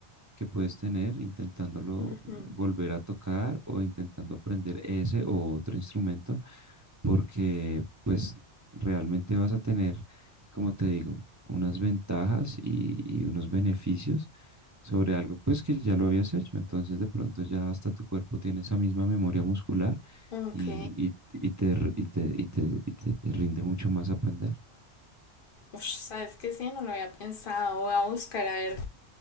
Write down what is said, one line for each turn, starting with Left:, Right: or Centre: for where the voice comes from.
Right: que puedes tener intentándolo
Left: ujú.
Right: volver a tocar o intentando aprender ese o otro instrumento, porque pues realmente vas a tener, como te digo, unas ventajas y, y unos beneficios sobre algo pues que ya lo habías hecho, entonces de pronto ya hasta tu cuerpo tiene esa misma memoria muscular
Left: Ok.
Right: y, y- y te, r- y te, y te, y te rinde mucho más aprender.
Left: Ush, ¿sabes qué? Sí, no lo había pensado. Voy a buscar a ver